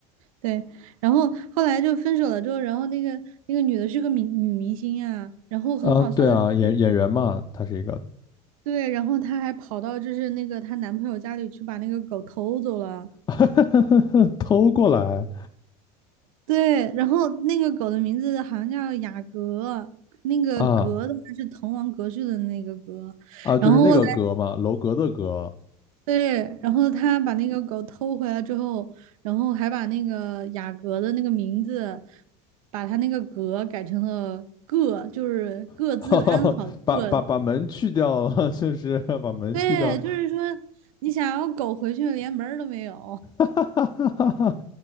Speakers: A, on the right; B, on the left.
A: 对，然后后来就分手了之后，然后那个那个女的是个明女明星呀，然后很好笑的是，
B: 啊，对啊，演演员嘛，
A: 就是
B: 他是一个
A: 对，然后她还跑到就是那个她男朋友家里去把那个狗偷走了。
B: <laughs> 偷过来
A: 对，然后那个狗的名字好像叫雅阁，那个阁的话是滕王阁序的那个阁。
B: 啊啊，就是那个格嘛，
A: 然后后来
B: 楼阁的阁，
A: 对，然后她把那个狗偷回来之后，然后还把那个雅阁的那个名字，把她那个阁改成了个，就是各自安好的各。
B: <laughs> 把把把门去掉了，<laughs> 就是把门去掉，
A: 对，就是说你想要狗回去连门儿都没有。
B: <laughs> 哈，